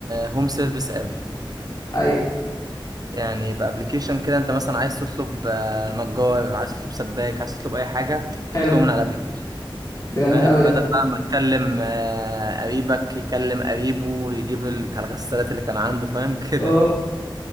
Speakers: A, on the right; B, on the left.
A: هوم سيرفيس اب
B: ايوه
A: يعني بابلكيشن كده انت مثلا عايز تطلب آه، نجار عايز تطلب سباك عايز تطلب اي حاجه
B: حلو
A: تطلبه من على الابلكيشن
B: ده جميل
A: فاهم
B: قوي
A: بدل
B: ده
A: بقى ما تكلم آه، قريبك يكلم قريبه يجيب الت- الغسالات اللي كان عنده فاهم <laughs> كده
B: اه